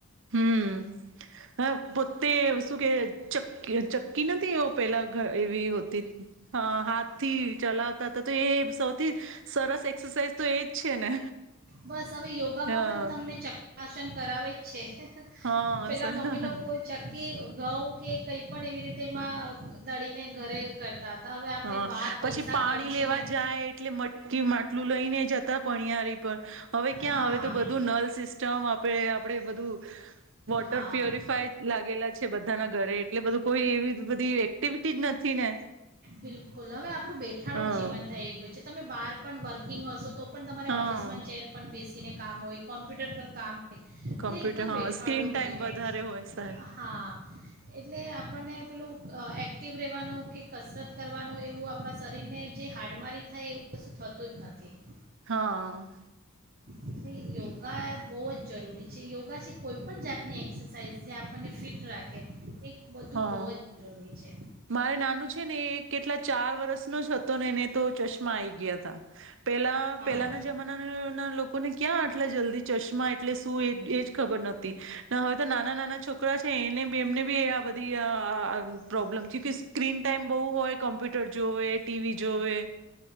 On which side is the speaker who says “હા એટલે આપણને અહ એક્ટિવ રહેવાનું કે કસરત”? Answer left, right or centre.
Right